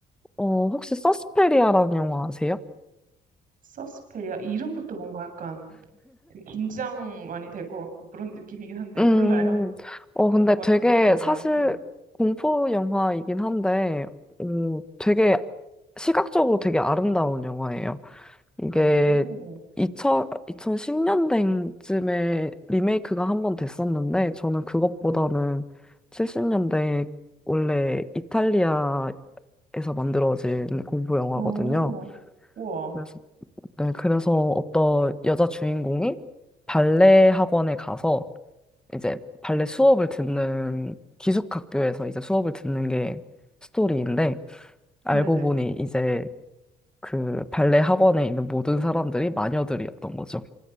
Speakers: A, in the centre; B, on the right (about 55°).
A: 어, 혹시 서스페리아라는 영화 아세요?
B: 서스페리아. 이름부터 뭔가 약간 되게 긴장 많이 될 것 같고 그런 느낌이긴 한데,
A: 음,
B: 몰라요.
A: 어,
B: 그쪽
A: 근데
B: 완전
A: 되게
B: 문외 아니라.
A: 사실
B: 네.
A: 공포 영화이긴 한데, 어, 되게 시각적으로 되게 아름다운 영화예요. 이게
B: 오,
A: 2 0 2010년대쯤에 리메이크가 한 번 됐었는데, 저는 그것보다는
B: 네.
A: 70년대 원래 이탈리아에서 만들어진 공포 영화거든요.
B: 오, 우와.
A: 그래서, 네, 그래서 어떤 여자 주인공이 발레 학원에 가서 이제 발레 수업을 듣는 기숙학교에서 이제 수업을 듣는 게 스토리인데, 알고
B: 네네.
A: 보니 이제 그 발레 학원에 있는 모든 사람들이 마녀들이었던 거죠.